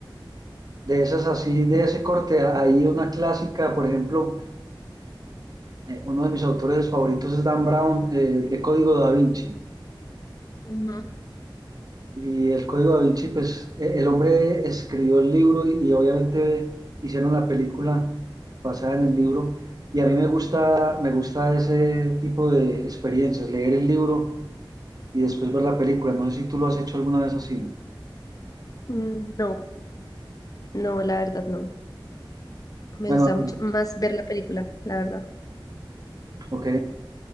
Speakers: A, on the right; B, on the left.
A: De esas así, de ese corte, hay una clásica, por ejemplo. eh, uno de mis autores favoritos es Dan Brown, eh, el de Código da Vinci.
B: Ujú.
A: Y el Código da Vinci, pues eh, el hombre escribió el libro y, y obviamente hicieron la película basada en el libro. Y a mí me gusta, me gusta ese tipo de experiencias, leer el libro y después ver la película. No sé si tú lo has hecho alguna vez así. ¿no?
B: Mm, No, no, la verdad no. Me
A: Bueno,
B: gusta mucho más ver la película, la verdad.
A: ok.